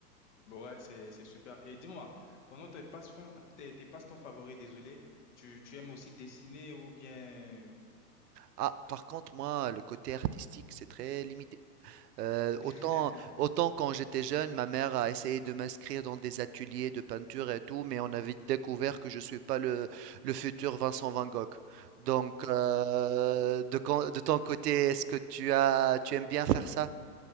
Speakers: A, on the left; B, on the right.
A: Ouais, c'est, c'est super. Et dis-moi, pendant tes passe-temps, tes, tes passe-temps favoris, désolé, tu, tu aimes aussi dessiner ou bien...
B: Ah, par contre, moi, le côté artistique, c'est très limité. Euh,
A: <laughs>
B: autant, autant quand j'étais jeune, ma mère a essayé de m'inscrire dans des ateliers de peinture et tout, mais on a vite découvert que je suis pas le, le futur Vincent Van Gogh. Donc, euh, de, quand- de ton côté, est-ce que tu as, tu aimes bien faire ça?